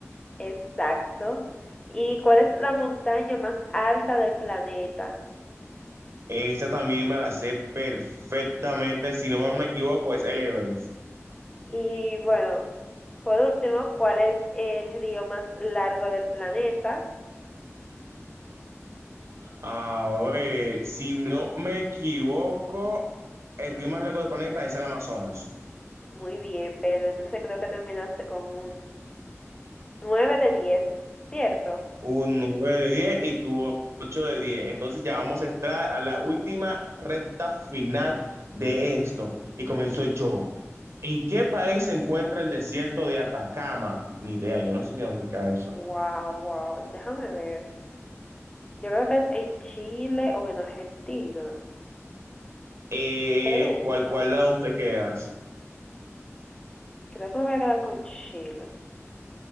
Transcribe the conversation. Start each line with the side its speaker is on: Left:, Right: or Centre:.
Left: Exacto. ¿Y cuál es la montaña más alta del planeta?
Right: Esta también me la sé perfectamente. Si no me equivoco, es el Everest.
Left: Y bueno, por último, ¿cuál es el río más largo del planeta?
Right: A ver, si no me equivoco, el río más largo del planeta es el Amazonas.
Left: Muy bien, pero entonces creo que terminaste con un nueve de diez ¿cierto?
Right: un 9 de 10 y tu 8 de diez Entonces ya vamos a entrar a la última recta final de esto. Y comienzo
Left: Sí.
Right: yo. ¿En qué país se encuentra el desierto de Atacama? Ni idea, yo no sé ni dónde se queda eso.
Left: Wow, wow. Déjame ver. Yo creo que es en Chile o en Argentina.
Right: Eh,
Left: Perú.
Right: ¿cuál, cuál de las dos te quedas?
Left: Creo que me voy a quedar con Chile.